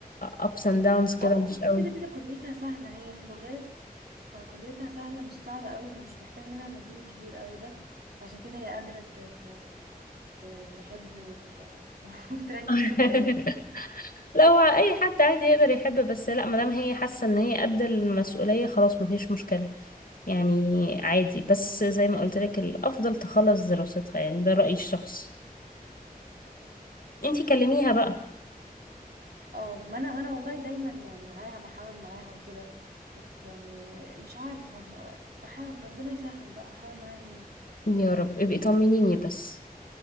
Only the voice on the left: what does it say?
ups and downs كده
مش قوي
<laughs>
لا هو اي حد عادي يقدر يحب بس لا ما دام هي حاسه ان هي قد المسؤوليه خلاص ما فيش مشكله يعني عادي بس زي ما قلت لك الافضل تخلص دراستها يعني ده رايي الشخصي انتي كلميها بقى
يا رب ابقي طمنيني بس